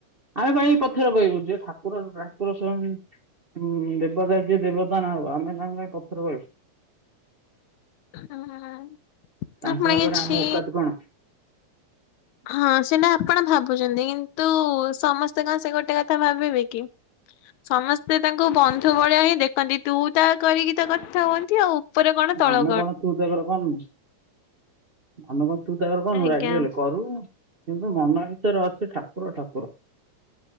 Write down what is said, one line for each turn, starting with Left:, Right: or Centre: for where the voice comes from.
Right: ଆମେ ପାଇଁ ପଥର କହିବୁ ଯେ ଠାକୁର ଠାକୁର ସ୍ୱୟଂ ହୁଁ ଦେବତା ଯିଏ ଦେବତା ନା ଆମେ ତାଙ୍କୁ କାଇଁ ପଥର କହିବୁ।
Left: ହଁ ହଁ ହଁ
Right: ତାଙ୍କ
Left: ଆପଣ
Right: ଆଗରେ
Left: କିଛି
Right: ଆମ ଔକାତ କଣ? <inaudible>
Left: ହଁ ସେଟା ଆପଣ ଭାବୁଛନ୍ତି କିନ୍ତୁ ସମସ୍ତେ କଣ ସେ ଗୋଟେ କଥା ଭାବିବେ କି? ସମସ୍ତେ ତାଙ୍କୁ ବନ୍ଧୁ ବଳିଆ ହିଁ ଦେଖନ୍ତି ତୁ ତା କରିକି ତ କଥା ହୁଅନ୍ତି ଆଉ। ଉପରେ କଣ ତଳ
Right: ଆମେ କଣ ତୁ ତାକର କରୁନୁ। ଆମେ କଣ ତୁ ତାକର କରୁନୁ
Left: ଆଜ୍ଞା।
Right: ରାଗି ଗଲେ କରୁ। କିନ୍ତୁ ମନ ଭିତରେ ଅଛି ଠାକୁର ଠାକୁର।